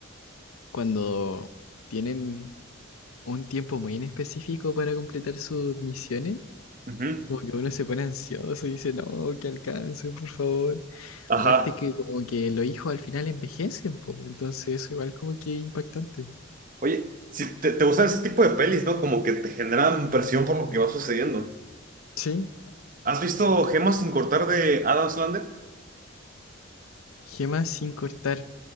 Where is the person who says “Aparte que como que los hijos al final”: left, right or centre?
Left